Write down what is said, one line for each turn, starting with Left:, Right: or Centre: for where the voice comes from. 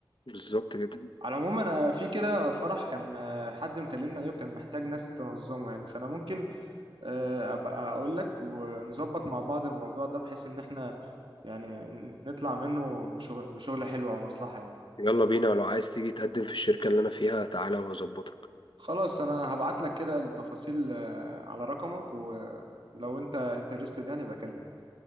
Left: بالظبط كده
Right: على العموم انا في كده فرح كان آه، حد مكلمني عليه وكان محتاج ناس تنظمه يعني فانا ممكن آه، ابقى اقول لك ونظبط مع بعض الموضوع ده بحيث ان احنا يعني ن- نطلع منه بشغل, بشغل حلو او مصلحه يعني
Left: يلا بينا لو عايز تيجي تقدم في الشركة اللي أنا فيها تعالى وهظبطك
Right: خلاص انا هبعت لك كده التفاصيل آه، على رقمك ولو انت انترستد يعني بكلمك